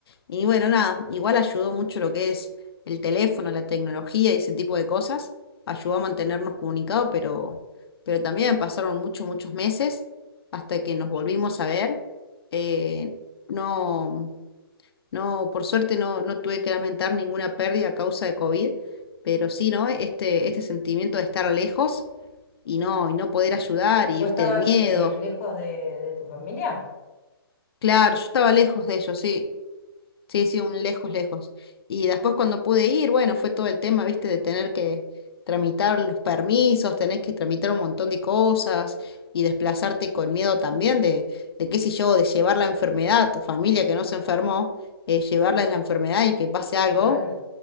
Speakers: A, on the left (about 70°); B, on the left (about 40°).
A: y bueno, nada, igual ayudó mucho lo que es el teléfono, la tecnología y ese tipo de cosas, ayudó a mantenernos comunicados, pero, pero también pasaron muchos, muchos meses hasta que nos volvimos a ver. eh, no. No, por suerte no, no tuve que lamentar ninguna pérdida a causa de COVID, pero sí, ¿no? Este, este sentimiento de estar lejos y no, y no poder ayudar, y
B: ¿Vos
A: viste,
B: estabas
A: el miedo.
B: eh, lejos de de tu familia?
A: Claro, yo estaba lejos de ellos, sí. Sí, sí, un lejos, lejos. Y después cuando pude ir, bueno, fue todo el tema, viste, de tener que tramitar los permisos, tenés que tramitar un montón de cosas y desplazarte con miedo también de, de qué sé yo, de llevar la enfermedad a tu familia que no se enfermó, eh, llevarles la enfermedad y que pase algo.
B: Claro,